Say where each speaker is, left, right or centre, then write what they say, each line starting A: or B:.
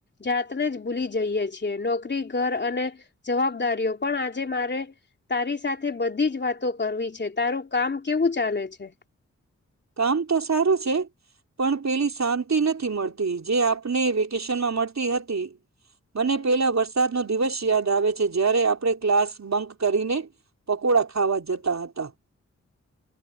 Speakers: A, on the left; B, on the right.
A: જાતને જ ભૂલી જઈએ છીએ. નોકરી ઘર અને જવાબદારીઓ પણ આજે મારે તારી સાથે બધી જ વાતો કરવી છે તારું કામ કેવું ચાલે છે.
B: કામ તો સારું. પણ પેલી શ. નથી મળતી જે આપને વેકેશનમાં મળતી હતી. મને પેલો વરસાદ. નો દિવસ યાદ આવે છે જ્યારે આપણે ક્લાસ બંક કરીને પકોડા ખાવા જતા હતા.